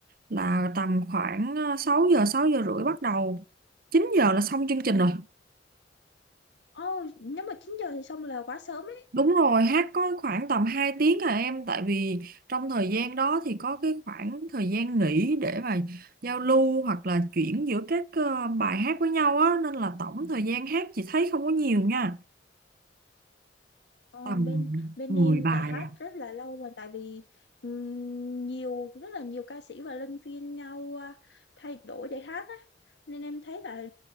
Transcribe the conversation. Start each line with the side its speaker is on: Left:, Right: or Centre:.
Right: là tầm khoảng ờ, 6 giờ, 6 giờ rưỡi bắt đầu. chín giờ là xong chương trình rồi.
Left: Ồ, nếu mà 9 giờ thì xong là quá sớm
Right: Đúng rồi, hát có khoảng tầm 2 tiếng à em tại vì trong thời gian đó thì có cái khoảng thời gian nghỉ để mà giao lưu hoặc là chuyển giữa các ờ, bài hát với nhau á nên là tổng thời gian hát chị thấy không có nhiều nha,
Left: Ờ,
Right: tầm
Left: bên bên
Right: mười
Left: em
Right: bài
Left: lại hát
Right: à.
Left: rất là lâu mà tại vì ừm, nhiều rất là nhiều ca sĩ và luân phiên nhau à, thay đổi để hát á nên em thấy là